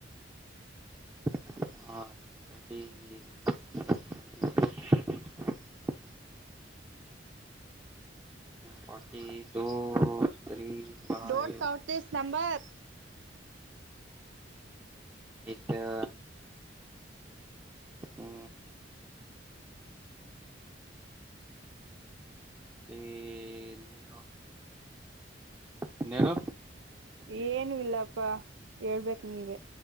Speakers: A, on the right; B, on the right.
A: ಹ forty two three five
B: don't count this number
A: ತಾ ಹ್ಮ ಇನೆನು
B: ಏನು ಇಲ್ಲಪ್ಪಾ ಹೇಳ್ಬೇಕು ನೀವೇ